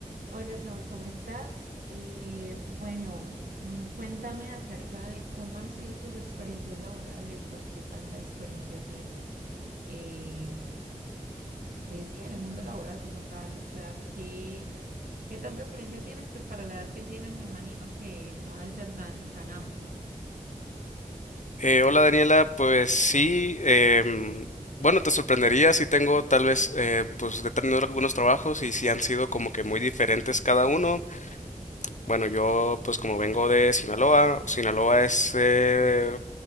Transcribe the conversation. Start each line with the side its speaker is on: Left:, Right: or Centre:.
Right: Hola Saúl, ¿cómo estás? Eh, bueno, mm, cuéntame acerca de cómo han sido tus experiencias laborales o qué tanta experiencia tienes, eh, eh, sí, en el mundo laboral como tal, o sea, ¿qué, qué tanta experiencia tienes? Pues para la edad que tienes me imagino que no ha de ser tan, tan amplia.
Left: Eh, hola Daniela, pues sí, em, bueno, te sorprendería si tengo tal vez, eh, pues he tenido algunos trabajos y si han sido como que muy diferentes cada uno. Bueno, yo pues como vengo de Sinaloa, Sinaloa es eh,